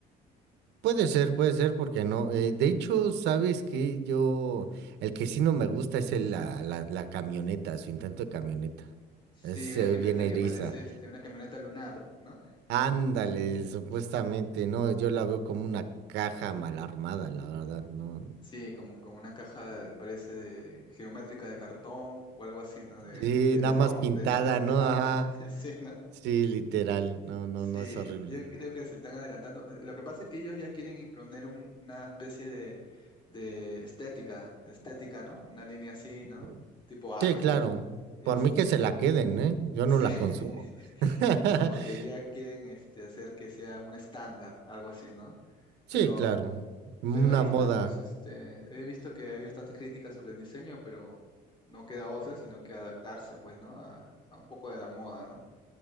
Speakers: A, on the right (about 85°); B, on the left (about 30°).
A: Puede ser, puede ser, porque no. Eh, de hecho, sabes que yo, el que sí no me gusta es el- la, la, la camioneta, su intento de camioneta.
B: Sí,
A: Es- se
B: una
A: ve
B: camioneta
A: bien eriza.
B: que parece este, una camioneta lunar, ¿no?
A: Ándale, supuestamente, no, yo la veo como una caja mal armada, la verdad, no.
B: Sí, como como una caja, parece de- geométrica de cartón o algo así, ¿no? De,
A: Sí,
B: de latón,
A: nada más pintada,
B: de latón,
A: ¿no?
B: de lata.
A: Ajá.
B: <laughs> Sí, ¿no?
A: Sí, literal, no, no,
B: Sí,
A: no, es horrible.
B: yo creo que se están adelantando. Eh, Lo que pasa es que ellos ya quieren imponer un- una especie de, de estética, de estética, ¿no? Una línea así, ¿no?
A: Ujú.
B: Tipo iPhone,
A: Sí, claro,
B: ¿no? Este,
A: por mí que se la queden, ¿eh? Yo
B: sí.
A: no la
B: <laughs>
A: consumo. <laughs>
B: Y como que ya quieren este, hacer que sea un estándar, algo así, ¿no?
A: Sí,
B: Pero
A: claro, una
B: Pero ahí están,
A: moda.
B: pues, este, he visto que hay bastantes críticas sobre el diseño, pero no queda otra, sino que adaptarse, pues, ¿no? A, a un poco de la moda, ¿no?